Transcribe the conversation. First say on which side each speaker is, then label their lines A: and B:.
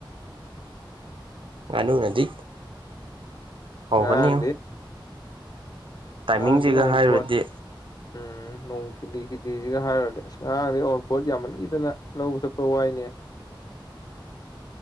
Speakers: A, on the right (about 75°); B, on the left (about 45°).
A: ꯉꯥꯅꯨꯅꯗꯤ ꯍꯧꯒꯅꯤ
B: ꯉꯔꯥꯡꯗꯤ
A: ꯇꯥꯏꯃꯤꯡꯁꯤꯒ
B: ꯉꯔꯥꯡꯗꯤ ꯑꯋꯨꯟꯄꯣꯠ
A: ꯍꯥꯏꯔꯨꯔꯗꯤ
B: ꯎꯝ ꯑꯣꯡ ꯀꯤꯗꯤ ꯀꯤꯗꯤꯁꯤꯒ ꯍꯥꯏꯔꯨꯔꯗꯤ ꯑꯁ ꯉꯔꯥꯡꯗꯤ ꯑꯎꯟ ꯄꯣꯠ ꯌꯥꯝꯃꯟꯈꯤꯗꯅ ꯂꯧꯕ ꯆꯠꯄꯗꯣ ꯋꯥꯏꯅꯦ